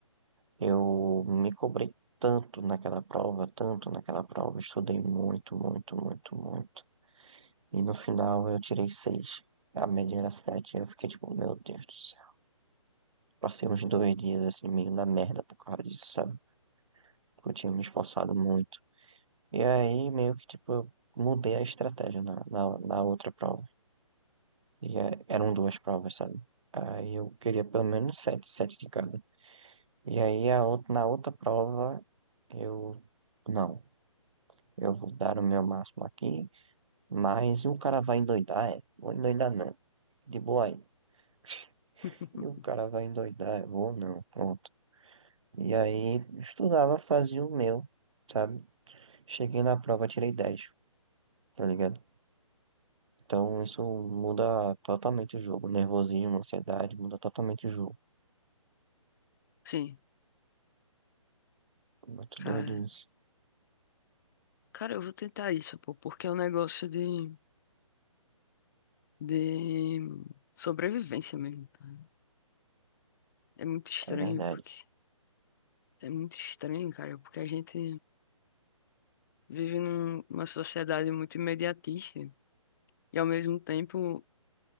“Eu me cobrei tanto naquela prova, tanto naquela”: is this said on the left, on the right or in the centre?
Right